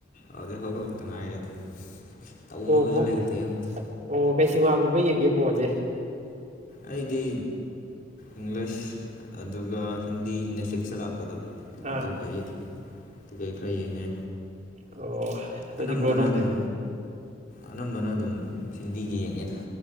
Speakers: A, on the left; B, on the right.
A: ꯑꯗꯨꯗ ꯍꯧꯒꯠꯂꯒ ꯈꯛꯇ ꯉꯥꯏꯔꯔꯤ ꯇꯧꯅꯕꯁꯨ
B: ꯑꯣ ꯕ꯭ꯔꯣ
A: ꯂꯩꯇꯦ ꯑꯝꯇ
B: ꯑꯣ ꯀꯩ ꯁꯤꯃ ꯒꯨꯝꯕ ꯌꯦꯡꯒꯦ ꯕꯔꯣ ꯁꯦ
A: ꯑꯩꯗꯤ ꯏꯪꯂꯤꯁ ꯑꯗꯨꯒ ꯍꯤꯟꯗꯤ ꯅꯦꯠꯐꯤꯂꯤꯁꯇ ꯂꯥꯛꯄ ꯗꯣ ꯑꯗꯨꯒ
B: ꯑꯥ
A: ꯑꯩ ꯀꯩ ꯈꯔ ꯌꯦꯡꯉꯦ
B: ꯑꯣ ꯑꯗꯨꯗꯤ
A: ꯑꯅꯝꯕꯅ
B: ꯕ꯭ꯔꯣ ꯅꯨꯡ
A: ꯑꯗꯨꯝ ꯑꯅꯝꯕꯅ ꯑꯗꯨꯝ ꯍꯤꯟꯗꯤꯒꯤ ꯌꯦꯡꯉꯦ